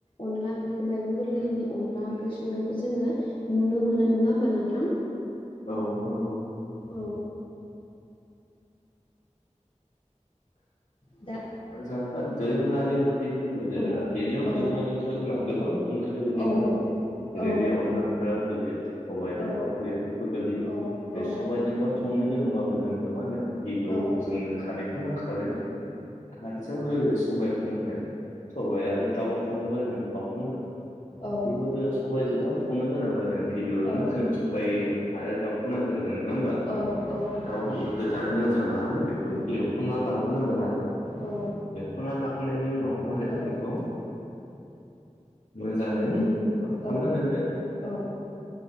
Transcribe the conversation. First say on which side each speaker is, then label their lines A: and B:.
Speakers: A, on the left (about 45°); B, on the left (about 70°).
A: अनला ओंख्रिखौ माइरं गोरलैनि अनला ओंख्रि संनायखौ जोङो नुनो मोनो नङा होमबा नोंथां?
B: औ नंगौ
A: औ दा
B: <unintelligible> दोरोंआरि <unintelligible> बे होनदो देरा
A: औ
B: बेनियाव
A: औ
B: दोरोंयारिफ्रा जोंनाव गोबां ओं <unintelligible> नङा
A: औ
B: होमबा जेरै
A: औ
B: बे अनला
A: नोंथां
B: ओंख्रियाल गोलैया सबायजों
A: औ
B: दाव बेफोरखौ गोलैयो
A: औ
B: बे
A: औ
B: सबायजों दाव संनो गोनांबाबो जोंनो मा होनो गिबियाव
A: औ
B: जोंनो खारै खौ नांखागोन खारजों लोगोसे सबायखौ नांगोन सबाय आरो दाउ सङोबा जोङो दाउखौ नांगोन
A: औ
B: बेखौ जोङो सबायजों <unintelligible> गिबियावनो
A: औ
B: जों सबाइ आरो दाउखौ नांग्रोगोन नङा होमबा?
A: औ नोंथां
B: दाउफोरखौ
A: औ
B: गोदानननै मोजां लानानै बेखौ
A: उम
B: एवफ्रामना लाग्रोनांगोन आरो
A: औ
B: एवफ्रामना लाखांनायनि उनाव माने
A: औ
B: बेखौ मोजाङै मा खालामनांगोननो
A: औ
B: होनदों
A: औ